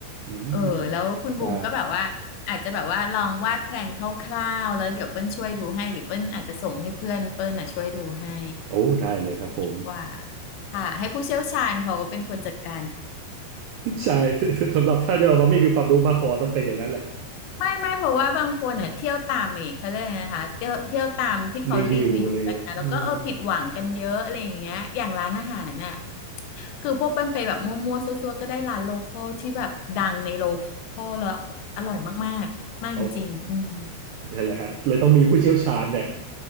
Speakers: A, on the right; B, on the left.
A: อืม
B: เออแล้วคุณบูมก็แบบว่าอาจจะแบบว่าลองวาดแพลนคร่าวๆแล้วเดี๋ยวเปิ้ลช่วยดูให้หรือเปิ้ลอาจจะส่งให้เพื่อนเปิ้ลน่ะช่วยดูให้
A: ใช่โอ้ได้เลยครับผม
B: ดีกว่าค่ะให้ผู้เชี่ยวชาญเขาเป็นคนจัดการ
A: <laughs> ใช่ <laughs> สำหรับถ้าจะมาไม่มีความรู้มากพอต้องเป็นอย่างนั้นแหละ
B: ไม่ไม่เพราะว่าบางคนอ่ะเที่ยวตามอีกเขาเรียกอะไรนะคะเที่ยวเที่ยวตามที่เขารีวิวกันนะแล้วก็เออผิดหวังกันเยอะอะไรอย่างเงี้ยอย่างร้านอาหารน่ะ
A: รีวิวอะไรเงี้ยอืม
B: คือพวกเป็นไปแบบมั่วๆซั่วๆก็ได้ร้านโลคอลที่แบบดังในโลคอลแล้วอร่อยมากๆมากจริงๆอืม
A: โอ้โหนั่นแหละฮะเลยต้องมีผู้เชี่ยวชาญเนี่ย